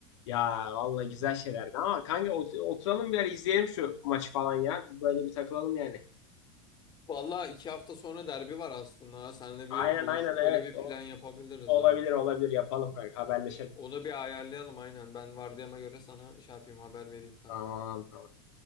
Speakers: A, on the left (about 75°); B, on the left (about 30°).
A: ya vallahi güzel şeylerdi ama kanka ot- oturalım bir ara izleyelim şu maçı falan ya. Böyle bir takılalım yani.
B: Vallahi iki hafta sonra derbi var aslında. ha. Seninle
A: Aynen
B: bir buluşup
A: aynen evet.
B: böyle bir
A: O,
B: plan yapabiliriz
A: olabilir
B: ha.
A: olabilir yapalım kanka haberleşelim.
B: Onu bir ayarlayalım aynen. Ben vardiyama göre sana şey yapayım haber vereyim kanka.
A: Tamam tamam.